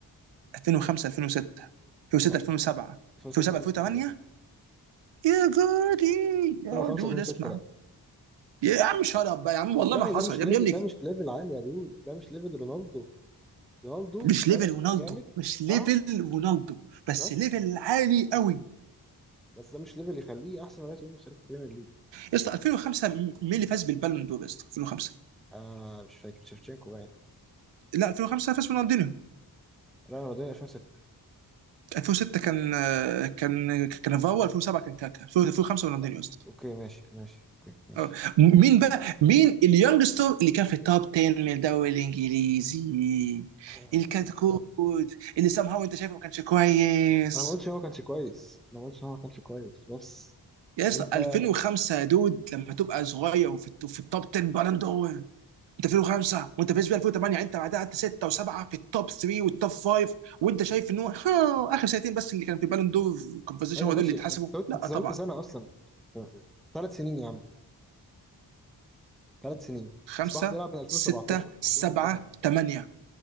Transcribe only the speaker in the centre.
لا
2006
2007
ماشي
2005
2006
صدقني
ده مش
ليفل
ده مش ليفل عالي يا دود ده مش ليفل رونالدو رونالدو
بدأ
يبقى
جامد
بعد
بس
بس ده مش ليفل يخليه احسن رايت وينج في تاريخ البريمير ليج مثلا
آه مش فاكر شيفتشينكو باين
لا رونالدينيو 2006
أوك-
اوكي ماشي ماشي اوكي ماشي
يعني
انا ما قلتش ان هو ما كانش كويس انا ما قلتش ان هو ما كانش كويس بس
انت
ايوه
ماشي
انت زودت
انت زودت
سنه اصلا ثلاث سنين يا عم ثلاث سنين
صلاح بيلعب من 2017
الموضوع
منتهي